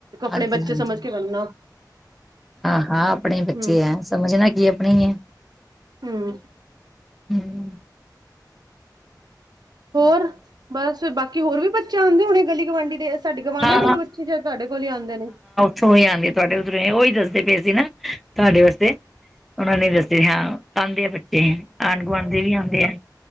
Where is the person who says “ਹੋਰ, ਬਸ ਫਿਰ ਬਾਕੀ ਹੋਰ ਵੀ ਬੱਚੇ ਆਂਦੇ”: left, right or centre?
Right